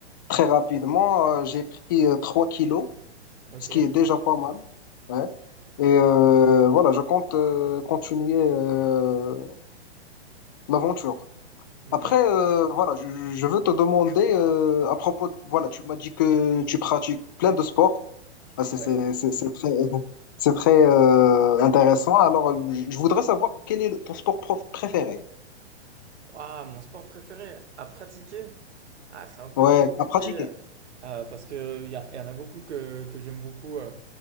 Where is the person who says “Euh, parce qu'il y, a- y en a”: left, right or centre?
Right